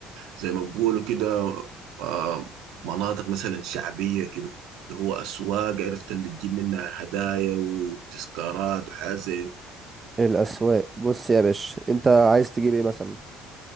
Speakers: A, on the right; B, on the right.
A: زي ما بقولوا كده آه، مناطق مثلا شعبية كده اللي هو اسواق عرفت اللي تجيب منها هدايا وتذكارات وحاجات زي
B: الاسواق بص يا باشا انت عايز تجيب ايه مثلا